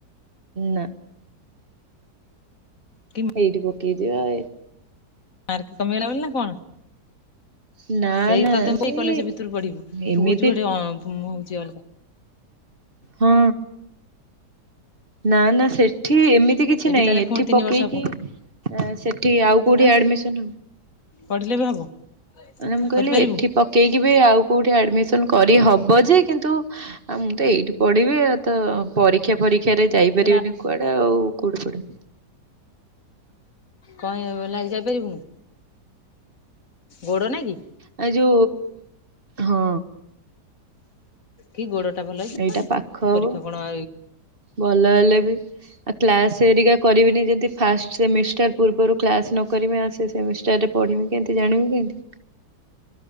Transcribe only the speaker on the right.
ନା।
ଏଇଠି ପକେଇ ଦିଅ ଏ।
ନା
ନା
ସେ
ଏମିତି
ହଁ। ନା ନା ସେଠି ଏମିତି କିଛି ନାଇଁ,
ଏଠି
ପକେଇକି
ଆ ସେଠି ଆଉ କୋଉଠି
ଆଡମିସନ୍ ହବ।
ମାନେ ମୁଁ କହିଲି
ଏଠି ପ କେଇକିବେ ଆଉ କଉଠି ଆଡମିସନ୍ କରିହବ ଯେ, କିନ୍ତୁ ମୁଁ ତ ଏଇଠି ପଡିବି ଆଉ ତ ପରୀକ୍ଷା ଫରୀକ୍ଷାରେ ଯାଇପାରିବିନି
କୁଆଡେ ଆଉ କୋଠି ପଢିବି।
ଆ ଯୋ ହଁ।
ଏଇଟା
ପାଖ
ହବ
ଭଲ ହେଲେ ବି ଆଉ କ୍ଲାସ ଏରିକା କରିବିନି ଯଦି ଫାଷ୍ଟ ସେମିଷ୍ଟାର୍ ପୂର୍ବରୁ କ୍ଲାସ୍ ନ କରମି ଆଉ ସେ ସେମିଷ୍ଟାର୍ ରେ ପଢିମି କେମ୍ତି ଜାଣିମି କେମ୍ତି।